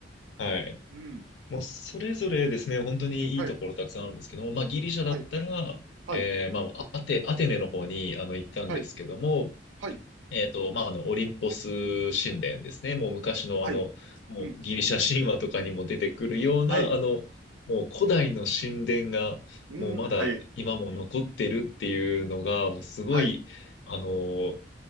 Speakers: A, on the left; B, on the right.
A: はい。
B: うん。
A: もうそれぞれですね、本当にいいところたくさんあるんですけども、
B: はい、
A: まあ、ギリシャだったら、
B: はい、はい、
A: えー、まあ、アテ、アテネの方にあの行ったんですけども、
B: はい、はい、
A: えっと、まあ、あの、オリンポス神殿ですね。もう昔のあの、
B: はい。
A: もうギリシャ神話とかにも出てくるような、
B: うん、はい、
A: あの、もう古代の神殿が、
B: うん、
A: もうまだ今も残ってるっていうのが、
B: はい、
A: もうすごい、
B: はい、
A: あの、